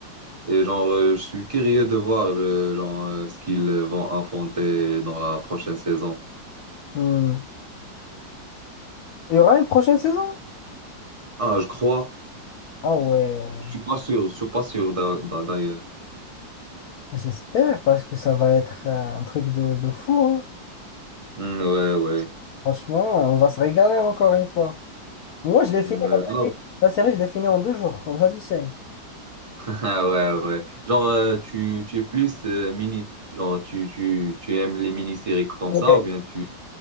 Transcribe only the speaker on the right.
Et genre, euh, je suis curieux de voir, euh, genre, euh, ce qu'ils vont affronter dans la prochaine saison.
Ah, je crois.
Je suis pas sûr, je suis pas sûr d'a- d'a- d'ailleurs.
Hmm, ouais, ouais.
Hmm,
ouais. Alors,
<laughs> ah, ouais, ouais. Genre, euh, tu, tu es plus euh, mini, genre, tu, tu, tu aimes les mini-séries comme
ça ou bien tu,